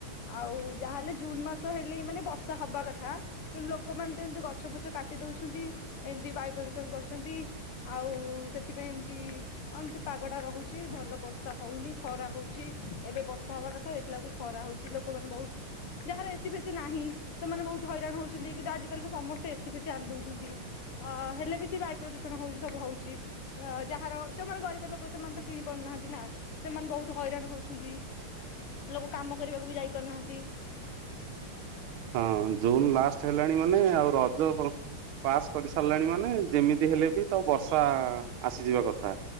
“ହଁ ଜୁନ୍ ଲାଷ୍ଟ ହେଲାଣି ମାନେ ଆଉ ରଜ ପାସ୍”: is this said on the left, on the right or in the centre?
Right